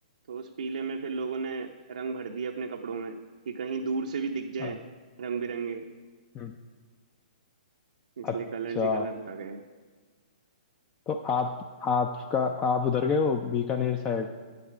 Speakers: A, on the right; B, on the left.
A: तो उस पीले में फिर लोगों ने रंग भर दिए अपने कपड़ों में कि कहीं दूर से भी दिख जाएं
B: हम्म।
A: रंग बिरंगे
B: <laughs>
A: इसलिए
B: अच्छा
A: कलर्स ही कलर्स आ गए
B: तो आप आपका आप उधर गए हो बीकानेर साइड